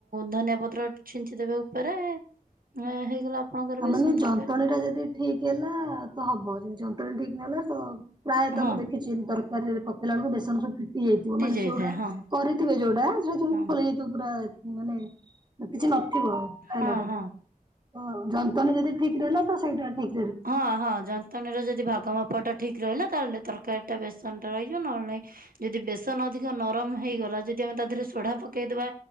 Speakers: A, on the right; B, on the right.
A: ଧନିଆ ପତ୍ର ଛିଞ୍ଚି ଦେବେ ଓପରେ ଆ ହେଇଗଲା ଆପଣଙ୍କର
B: ଆମାନେ
A: ବେସନ ତରକାରୀ
B: ଜନ୍ତଣୀଟା
A: ଆଉ।
B: ଯଦି ଠି ଠିକ୍ ହେଲା ତ ହବ ଜନ୍ତଣୀ ଠିକ୍ ନହେଲା ତ ପ୍ରାୟତ
A: ହଁ
B: ମୁଁ ଦେଖିଚି ତର କାରିରେ ପକେଇଲା ଅଳୁକୁ ବେସନ ସବୁ ଫିଟି ଯାଇଥିବ ମାନେ
A: ଯାଇଥାଏ
B: ସେଉଡ଼ା
A: ହଁ
B: କରିଥିବେ ଯୋଉଡ଼ା ଯୋଉ ସବୁ
A: ହଁ
B: ଫୁ ଏଇ ଯୋଉ ପୁରା ମାନେ କିଛି ନଥିବ ଖାଇଲାଟାକୁ
A: ହଁ ହଁ
B: ହଁ। ଜନ୍ତୁଣୀ ଯଦି ଠିକ୍ ରହିଲା ତ ସେଇଟା ଠିକ୍।
A: ହଁ ହଁ ଜ ତାନେ ଯୋଉ ଯଦି ଭାଗ ମାପଟା ଠିକ୍ ରହିଲା ତାହେଲେ ତରକାରୀଟା ବେସନଟା ରହିଯିବ ନହେଲେ ନାଇଁ ଯଦି ବେସନ ଅଧିକ ନରମ ହେଇଗଲା ଯଦି ଆମେ ତା ଦେହରେ ସୋଢ଼ା ପକେଇଦବା